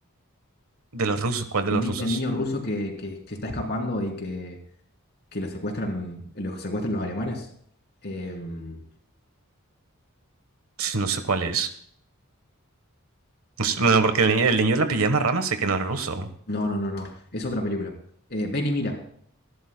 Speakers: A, on the right; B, on the left.
A: De los rusos, ¿cuál
B: El,
A: de los
B: ni-
A: rusos?
B: el niño ruso que, que, que está escapando y que, que lo secuestran, lo secuestran los alemanes. Em,
A: No sé cuál es. Pues, Bueno, porque el, ni- el niño de la pijama rama sé que no es ruso.
B: no, no, no, no. Es otra película. Eh, Ven y mira,